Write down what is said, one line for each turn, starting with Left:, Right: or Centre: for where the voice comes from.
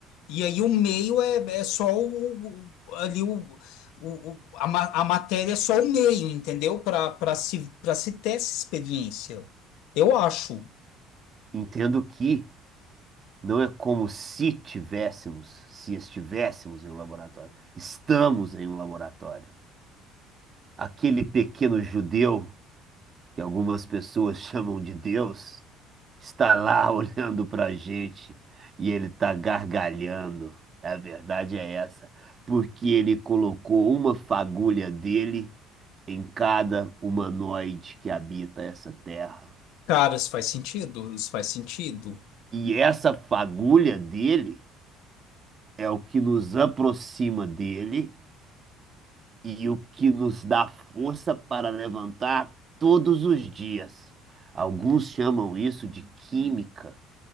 Left: e aí o meio é, é só o, o- ali o, o, o- a, ma- a matéria é só o meio, entendeu? Para para se para se ter essa experiência. Eu acho.
Right: entendo que. Não é como se tivéssemos, se estivéssemos em um laboratório. Estamos em um laboratório. Aquele pequeno judeu, que algumas pessoas chamam de Deus, está lá <laughs> olhando para a gente e ele está gargalhando. A verdade é essa, porque ele colocou uma fagulha dele em cada humanoide que habita essa terra.
Left: Cara, isso faz sentido? Isso faz sentido?
Right: E essa fagulha dele é o que nos aproxima dele e o que nos dá força para levantar todos os dias. Alguns chamam isso de química,